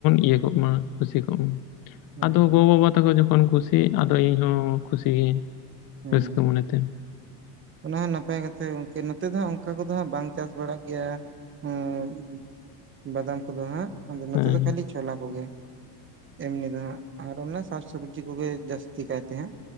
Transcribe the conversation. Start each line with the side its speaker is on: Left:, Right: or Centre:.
Left: ᱤᱭᱟᱹ ᱠᱚᱜ ᱢᱟ ᱠᱩᱥᱤ ᱠᱚᱜ ᱢᱟ
Right: ᱦᱮᱸ
Left: ᱟᱫᱚ ᱜᱚ ᱵᱟᱵᱟ ᱛᱟᱠᱚ ᱡᱚᱠᱷᱚᱱ ᱠᱩᱥᱤ ᱠᱩᱥᱤ ᱟᱫᱚ ᱤᱧ ᱦᱚᱸ ᱠᱩᱥᱤ ᱜᱤᱭᱟᱹᱧ
Right: ᱦᱮᱸ
Left: ᱨᱟᱹᱥᱠᱟᱹ ᱢᱚᱱᱮᱛᱮ
Right: ᱚᱱᱟ ᱦᱚᱸ ᱱᱟᱯᱟᱭ ᱠᱟᱛᱷᱟ ᱜᱚᱝᱠᱮ ᱱᱚᱛᱮ ᱫᱚ ᱦᱟᱸᱜ ᱚᱱᱠᱟ ᱠᱚᱫᱚ ᱦᱟᱸᱜ ᱵᱟᱝ ᱪᱟᱥ ᱵᱟᱲᱟᱜ ᱜᱮᱭᱟ <unintelligible> ᱵᱟᱫᱟᱢ ᱠᱚᱫᱚ ᱦᱟᱸᱜ ᱟᱫᱚ ᱱᱚᱛᱮ
Left: ᱦᱮᱸ
Right: ᱫᱚ ᱠᱷᱟᱹᱞᱤ ᱪᱷᱚᱞᱟ ᱠᱚᱜᱮ ᱮᱢᱱᱤ ᱫᱚ ᱦᱟᱸᱜ ᱟᱨ ᱚᱱᱟ ᱥᱟᱠᱥᱚᱵᱽᱡᱤ ᱠᱚᱜᱮ ᱡᱟᱹᱥᱛᱤ ᱠᱟᱭᱛᱮ ᱦᱟᱸᱜ